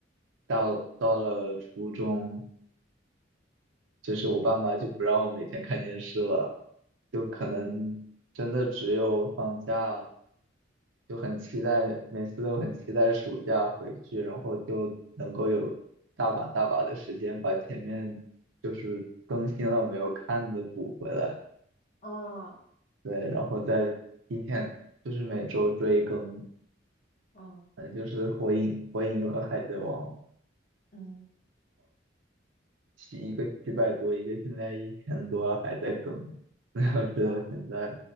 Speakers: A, on the right; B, on the left.
A: 到到了初中，就是我爸妈就不让我每天看电视了，就可能真的只有放假。
B: 嗯
A: 就很期待，每次都很期待暑假回去，然后就能够有大把大把的时间把前面就是更新了没有看的补回来，
B: 嗯
A: 对，然后再一天就是每周追更，
B: 嗯，
A: 嗯，就是火影、火影和海贼王，
B: 嗯，
A: 七一个七百多，一个现在一千多了还在更，<laughs> 然后追到现在，
B: 哇，